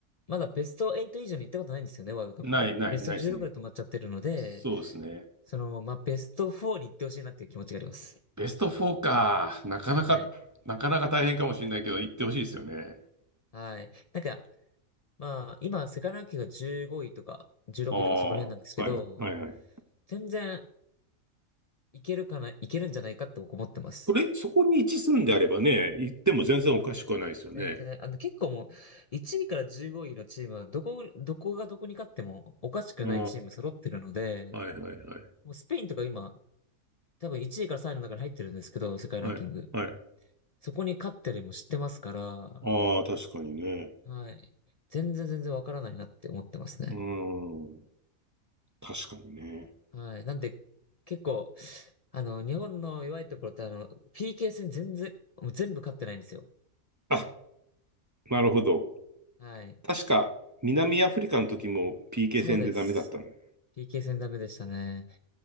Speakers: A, on the left (about 65°); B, on the right (about 15°).
A: まだベスト8以上に行ったことないんですよね、ワールドカップで。
B: ないないないですね。
A: ベスト16で止まっちゃってるので、
B: そうですね。
A: その、まあ、ベスト4に行ってほしいなっていう気持ちがあります。
B: ベスト4か。なかなか、
A: はい。
B: なかなか大変かもしれないけど、行ってほしいですよね。
A: はい。なんか、まあ、今、世界ランキングが15位とか、16位とかそこら辺なんですけど、
B: ああ、はいはいはい。
A: 全然いけるかな、いけるんじゃないかって僕思ってます。
B: それ、そこに位置するんであればね、行っても全然おかしくはないですよね。
A: 全然、あの、結構もう、1位から15位のチームは、どこ、どこがどこに勝ってもおかしくないチーム揃ってるので、
B: ああ、はいはいはい。
A: もうスペインとか今、多分1位から3位の中に入ってるんですけど、世界ランキング。
B: はい、はい。
A: そこに勝ったりも知ってますから、
B: ああ、確かにね。
A: はい。全然全然わからないなって思ってますね。
B: うーん、確かにね。
A: はい。なんで、結構、あの、日本の弱いところって、あの、PK 戦全然、もう全部勝ってないんですよ。
B: あ、なるほど。
A: はい。
B: 確か、南アフリカの時も PK
A: そうです。
B: 戦でダメだったね。
A: PK 戦ダメでしたね。